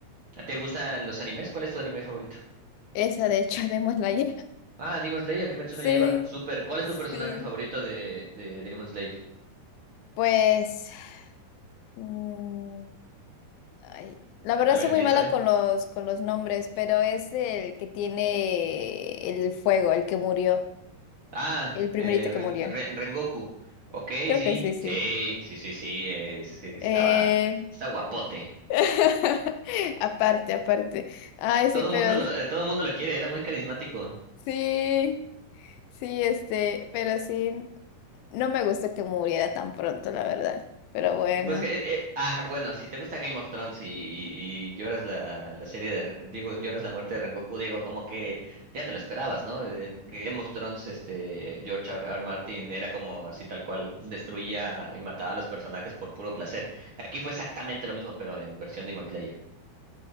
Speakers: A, on the right; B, on the left.
A: ¿Te gustan los animes? ¿Cuál es tu anime favorito?
B: Esa, de hecho, <laughs> démosla ya.
A: Ah, Demon Slayer, Kimetsu
B: Sí,
A: no Yaiba. Super. ¿Cuál
B: sí.
A: es tu personaje favorito de, de Demon Slayer?
B: Pues, mm, ay, la verdad
A: A ver,
B: soy muy
A: piénsale.
B: mala con los, con los nombres, pero es el que tiene el fuego, el que murió,
A: Ah,
B: el primerito
A: eh,
B: que
A: Ren-
B: murió.
A: Ren- Rengoku. Ok,
B: Creo
A: sí,
B: que sí, sí.
A: sí, sí, sí, sí, eh, sí, estaba,
B: Eh,
A: está guapote.
B: <laughs> Aparte, aparte. Ay, sí,
A: Todo
B: pero
A: mundo lo, eh, todo el mundo lo quiere, era muy carismático.
B: sí, sí, este, pero sí, no me gusta que muriera tan pronto, la verdad. Pero bueno,
A: Pues, eh, eh, ah, bueno, si te gusta Game of Thrones y, y- y lloras la, la serie de, digo, lloras la muerte de Rengoku, digo, como que ya te lo esperabas, ¿no? En Game of Thrones, este, George R. R. Martin era como así tal cual, destruía y mataba a los personajes por puro placer. Aquí fue exactamente lo mismo, pero en versión Demon Slayer.